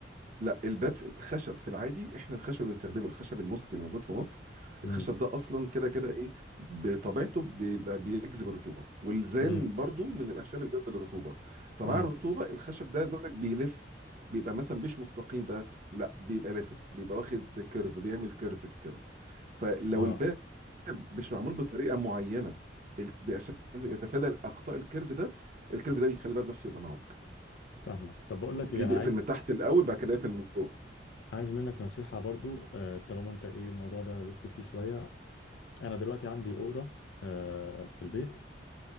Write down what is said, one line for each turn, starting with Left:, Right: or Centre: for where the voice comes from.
Right: لا الباب الخشب في العادي احنا الخشب اللي بنستخدمه الخشب المسك اللي موجود في مصر
Left: امم
Right: الخشب ده اصلا كده كده ايه بطبيعته بيبقى بيجذب الرطوبه والزان
Left: امم
Right: برضو من الاخشاب اللي بتجذب الرطوبه فمع
Left: امم
Right: الرطوبه الخشب ده زودك بيلف بيبقى مثلا مش مستقيم بقى لا بيبقى لافف بيبقى واخد كيرف بيعمل كيرف كده فلو
Left: اه
Right: الباب مش معمول بطريقه معينه ال- عشان يتفادى اخطاء الكيرف ده الكيرف ده بيخلي الباب نفسه يبقى معوج
Left: فاهمك طب بقول لك
Right: تلاقيه
Left: ايه انا
Right: بيقفل
Left: عايز
Right: من تحت الاول بعد كده يقفل من فوق
Left: عايز منك نصيحه برضو آه، طالما انت ايه الموضوع ده دوست فيه شويه انا دلوقتي عندي اوضه آه، في البيت